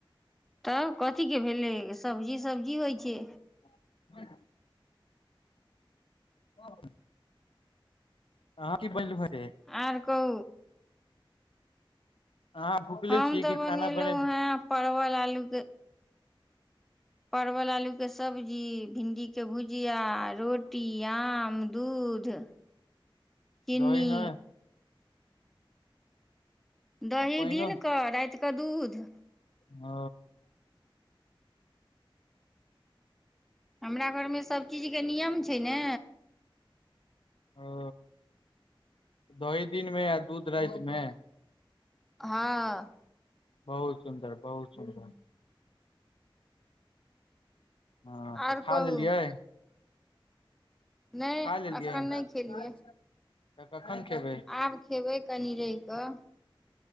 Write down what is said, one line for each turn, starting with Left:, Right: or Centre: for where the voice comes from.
Centre: तब कथीके भेलै सब्जी सब्जी होइ छै
Left: ह <inaudible> हँ अहाँ की बनेलु ह से
Centre: आओर कहु
Left: अहाँ भुखले
Centre: हम
Left: छी कि
Centre: तऽ बनेलहुँ
Left: खाना बने
Centre: हें परवल आलू के परवल आलूके सब्जी भिण्डीके भुजिया रोटी आम दूध ध चीनी
Left: दही नहि
Centre: दही
Left: आ पाइनो
Centre: दिनकऽ रातिकऽ दूध
Left: ओ
Centre: हमरा घरमे सब चीजके नियम छै ने
Left: ओ दही दिनमे आ दूध रातिमे
Centre: हँ
Left: बहुत सुन्दर बहुत सुन्दर हँ
Centre: आर
Left: तऽ खा
Centre: कहू
Left: लेलियै
Centre: नहि
Left: खा लेलियै
Centre: एखन नहि खेलियै
Left: तऽ कखन खेबै
Centre: आब खेबै कनि रहि कऽ